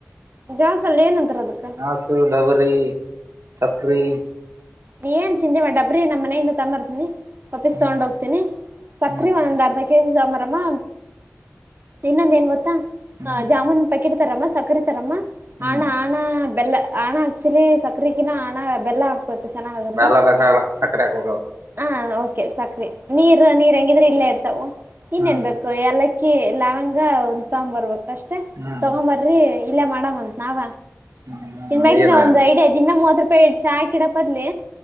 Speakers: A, on the right; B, on the right.
A: ಗ್ಯಾಸ್ ಅಲ್ ಏನಂತಾರ ಅದಕ್ಕ
B: ಹಾಸು ಡಬರಿ ಸಕ್ರಿ.
A: ನೀ ಏನ್ ಚಿಂದಿ ಮ ಡಬ್ರಿ ನಮ್ಮ್ನೆಯಿಂದ ತಂಬರ್ತೀನಿ ವಾಪ್ಪೀಸ್
B: ಹ್ಮ
A: ತಗೊಂಡ್ ಹೋಗ್ತೀನಿ ಸಕ್ರೆ
B: ಹ್ಮ್
A: ಒಂದ್ ಅರ್ಧ ಕೆ ಜಿ ತಗೊಂಬರಮ್ಮ ಇನ್ನೊಂದ್ ಏನ್ ಗೊತ್ತಾ
B: ಹ್ಮ್
A: ಜಾಮೂನ್ ಪ್ಯಾಕೆಟ್ ತರಮ್ಮ ಸಕ್ಕರೆ ತರಮ್ಮ
B: ಹ್ಮ್
A: ಹಣ ಹಣ ಬೆಲ್ಲ ಹಣ ಆಕ್ಚುಲಿ ಸಕ್ಕರೆಗಿನ್ನ ಹಾಣ ಬೆಲ್ಲ ಹಾಕ್ಬೇಕು ಚೆನ್ನಾಗಾಗತ್ತ
B: ಮ್ಯಾಲದ ಹೇಳ ಸಕ್ಕರೆ ಹಾಕ ಹೋಗದ
A: ಹ ಓಕೆ ಸಕ್ರಿ ನೀರ್ ನೀರ್ ಹೆಂಗಿದ್ರು ಇಲ್ಲೇ ಇರ್ತಾವು ಇನ್ನೇನ್
B: ಹ್ಮ್
A: ಬೇಕ್ ಕು ಎಲಕ್ಕಿ ಲವಂಗ ಒಂದ್ ತೊಗೊಂಬರ್ಬೇಕ್ ಅಷ್ಟೇ
B: ಹ್ಮ್
A: ತಗೊಂಬರ್ ಇಲ್ಲೇ ಮಾಡಮಂತ್ ನಾವ
B: ಹ್ಮ್ ಹ್ಮ್
A: ತಿಂದಾಗಿದ
B: ಏನ
A: ಒಂದ್ ಐಡಿಯಾ ದಿನ ಮೂವತ್ತ್ ರೂಪಾಯಿ ಚಾ ಕಿಡ ಪದ್ಲಿ